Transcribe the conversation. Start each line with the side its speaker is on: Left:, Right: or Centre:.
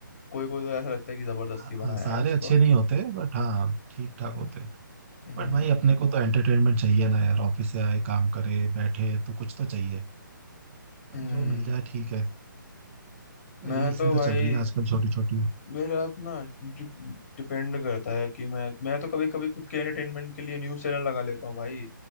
Left: कोई कोई तो ऐसा लगता है कि जबरदस्ती
Right: हाँ
Left: बनाया
Right: हाँ, सारे
Left: है इसको
Right: अच्छे नहीं होते बट हाँ ठीक ठाक होते हैं
Left: हम्म
Right: बट भाई अपने को तो एंटरटेनमेंट चाहिए ना यार ऑफिस से आए काम करे बैठे तो कुछ तो चाहिए अब
Left: हम्म,
Right: जो मिल जाए ठीक है
Left: मैं
Right: रील्स
Left: तो
Right: भी तो
Left: भाई
Right: चल रही है आजकल छोटी छोटी
Left: मेरा ना डिपेंड करता है कि मैं मैं तो कभी कभी खुद के एंटरटेनमेंट के लिए न्यूज चैनल लगा लेता हूँ भाई